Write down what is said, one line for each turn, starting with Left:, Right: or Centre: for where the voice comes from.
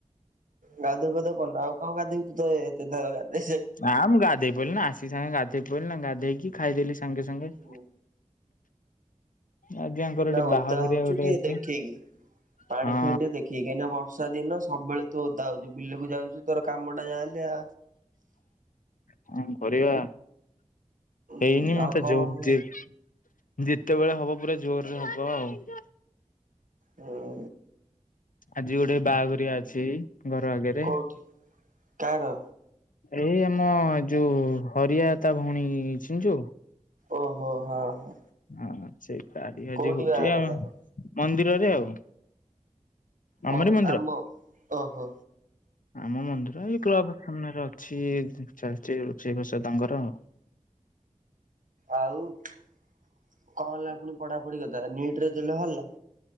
Right: ଗାଧୁଅ ପାଧୁଅ କରୁନୁ ଆଉ କଣ ଗଦେଇବୁ ତୁ ତ ଏତେ ଥର ଗାଧେଇସା
Left: ନା ମୁଁ ଗାଧେଇ ପଇଲି ନା ଆସିକି ସାଙ୍ଗେ ଗାଧେଇ ପଇଲି ନା ଗାଧେଇକି ଖାଇଦେଲି ସାଙ୍ଗେ ସାଙ୍ଗେ।
Right: ହୁଁ।
Left: ଆଜ୍ଞା ଙ୍କର
Right: ନା
Left: ଏଠି
Right: ଓଦା
Left: ବାହାଘରିଆ
Right: ହୋଉଚୁ
Left: ଗୋଟେ
Right: ଟିକେ
Left: ଅଛି
Right: ଦେଖିକି ପାଣି
Left: ହଁ
Right: ଫାଣି ଟିକେ ଦେଖିକି କାହିଁକି ନା ବ ବର୍ଷା ଦିନ ସବୁବେଳେ ତୁ ଓଦା ହୋଉଚୁ ବିଲକୁ ଯାଉଚୁ ତୋର କାମଟା ଯାହା ହେଲେ ଆ
Left: କଣ କରିବା ହେଇନି
Right: ହୁଁ
Left: ମତେ
Right: ଆଉ କଣ
Left: ଯୋଉ ଯିଏ ଯେତେବେଳେ ହବ ପୁରା ଜୋରରେ ହବ ଆଉ।
Right: ହୁଁ।
Left: ଆଜି ଗୋଟେ ବାହାଘରଆ ଅଛି। ଘର ଆଗରେ।
Right: କୋଉଠି କାହାର?
Left: ଏଇ ଆମ ଯୋଉ ହରିଆ ତା ଭଉଣୀ ଚିହ୍ନିଚୁ?
Right: ଓହୋ ହଁ ହଁ।
Left: ହଁ ସେଇ ତାରି ଆଜି
Right: କୋଉଠି
Left: ହୋଉଛି
Right: ବାହାଘର
Left: ଆଉ।
Right: ହେଲା କଣ?
Left: ମନ୍ଦିରରେ ଆଉ।
Right: ମ
Left: ଆମରି ମନ୍ଦିର?
Right: ଆମ ଓହୋ
Left: ଆମ ମନ୍ଦିର ଏଇ କ୍ଲବ ସାମ୍ନା ରେ ଅଛି ଚାଲିଚି ରୋଷେଇବାସ ତାଙ୍କର ଆଉ।
Right: ଆଉ କଣ ହେଲା ପୁଣି ପଢାପଢି କଥା ନିଟ୍ ରେଜାଲ୍ଟ ବାହାରିଲା?